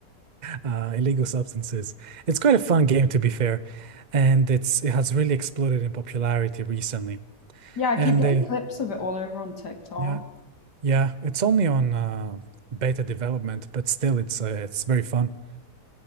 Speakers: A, on the right; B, on the left.
A: uh illegal substances. It's quite a fun game to be fair, and it's it has really exploded in popularity recently.
B: Yeah, I
A: And
B: keep getting
A: uh,
B: clips of it all over on TikTok.
A: yeah, yeah, it's only on uh beta development, but still it's uh, it's very fun.